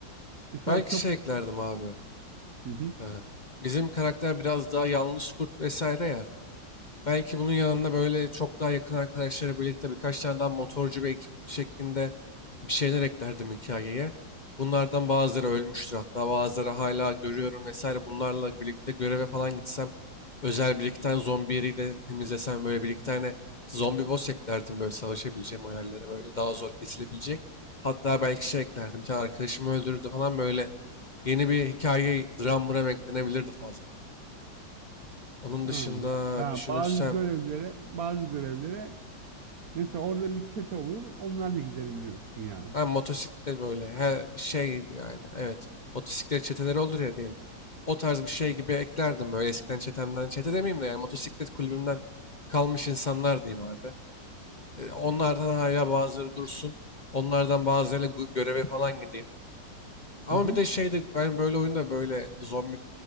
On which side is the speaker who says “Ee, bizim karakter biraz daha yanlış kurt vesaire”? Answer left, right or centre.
Left